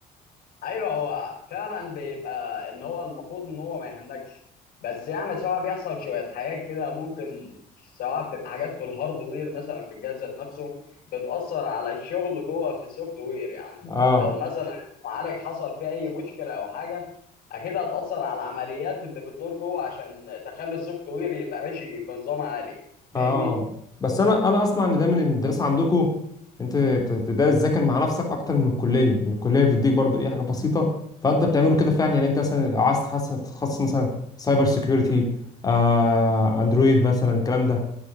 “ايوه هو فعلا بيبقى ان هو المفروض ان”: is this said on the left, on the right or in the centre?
Left